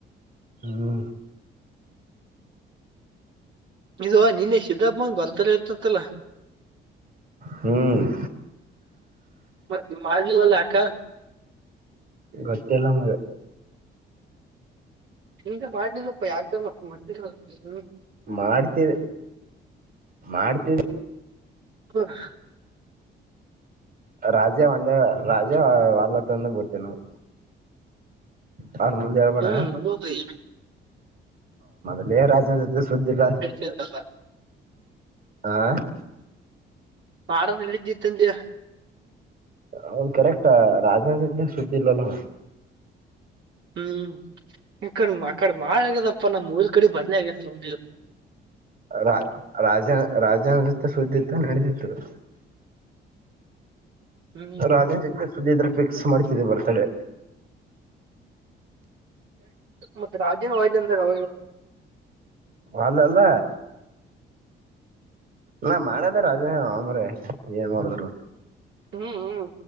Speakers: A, on the right; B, on the right.
A: ಹ್ಮ
B: ಇದು ನಿನ್ನೆ ಸಿದ್ದಪ್ಪನ್ ಬರ್ತಡೇ ಇರ್ತತ್ತಲ್ಲ
A: ಹ್ಮ್ <inaudible>
B: ಮತ್ತೆ ಮಾಾಗಿಲಲ್ಲ ಅಕ್ಕ
A: ಗೊತ್ತ ಎಲ್ಲ ಮ
B: ಹ ಮಾಡ್ಲಿ ಸ್ವಪ್ಪ ಯಾಕ <inaudible>
A: ಮಾಡ್ತವಿ ಮಾಡ್ತವಿ
B: ಹ <unintelligible>
A: ರಾಜೆ ಒಂದೇ ರಾಜೆ ವಲ್ಲ <unintelligible> ತಂದ ಬಟ್ಟೇ ನಾವು ಅವರ ಮುಂದೆ ಹೇಳಬೇಡ
B: ಹ್ಮ್ ಹೌದು ಮಾಡೋದ್
A: ಲ್ಲೇ ರಾಜನ ಜ ಸುದ್ದಿಲ್ಲ <unintelligible>
B: ಹೇಳ್ತಲ್ಲ
A: ಆಾ <inaudible>
B: ಆಡ ನಡಿದಿತ್ತುಂದ
A: ಅವದು ಕರೆಕ್ಟ್ ರಾಜ ಸುದ್ದಿಲ್ಲಲ್ಲ ಅವ
B: ಹ್ಮ್ ಈಕ ಆಕಡೆ ಮಾಡಳ ಆಗ್ಯದಪ್ಪ ನಮ್ಮ ಮೂಊಲ್ ಕಡೆ ಬರ್ಲ ಆಗ್ಯದ
A: ರ ರಾಜ ರಾಜನೃತ್ತ ಸುದ್ದಿಂದ ನಡೆಸಿದರು
B: ಹ್ಮ್
A: ರಾಜೇನ್ ಜೊತೆ ಸುದ್ದಿ ಇದ್ರೆ ಫಿಕ್ಸ್ ಮಾಡ್ತಿದ್ದ ಬರ್ತಾಡೆ
B: ಮತ್ತೆ ರಾಜೇನ ವಯ್ದ ಅಂದ್ರ
A: ಅಲ್ಲ ನಾ ಮಾಡದ ರಾಜ ಆಮ್ರ ಏನ್ ಮಾಡಿದ್ರು
B: ಹ್ಮ್ ಹ್ಮ್